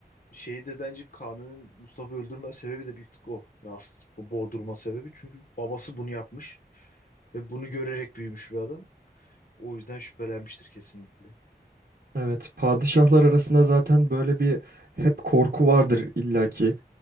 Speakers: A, on the left; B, on the right.
A: şeydir bence Kanuni'nin Mustafa'yı öldürme sebebi de büyük tık o. Ya aslında bu boğdurma sebebi çünkü babası bunu yapmış ve bunu görerek büyümüş bir adam. O yüzden şüphelenmiştir kesinlikle.
B: Evet, padişahlar arasında zaten böyle bir hep korku vardır illaki.